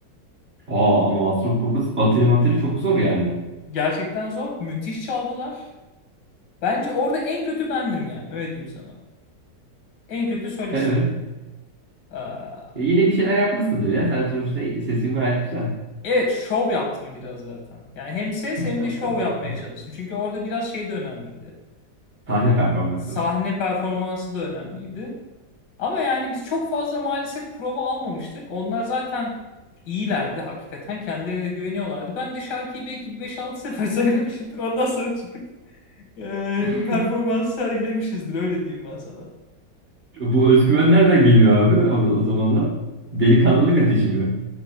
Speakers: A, on the right; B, on the left.
A: Oo ama Master of Puppets bateri materi çok zor yani.
B: Gerçekten zor. Müthiş çaldılar. Bence orada en kötü bendim yani. Öyle diyeyim sana. En kötü solist.
A: E, Evet.
B: Ee,
A: E, yine bir şeyler yapmışsındır ya. Sen sonuçta sesin gayet güzel.
B: evet şov yaptım biraz zaten. Yani hem ses hem
A: <laughs>
B: de şov yapmaya çalıştım. Çünkü orada biraz şey de önemliydi.
A: Sahne
B: Ee,
A: performansı
B: sahne
A: mı?
B: performansı da önemliydi. Ama yani biz çok fazla maalesef prova almamıştık. Onlar zaten iyilerdi hakikaten. Kendilerine de güveniyorlardı. Ben de şarkıyı belki bir 5-6 sefer <laughs> söylemişimdir. Ondan sonra çıkıp e,
A: <laughs>
B: performans sergilemişizdir öyle diyeyim ben sana.
A: Bu özgüven nereden geliyor abi o, o zamanlar? Delikanlılık ateşi mi?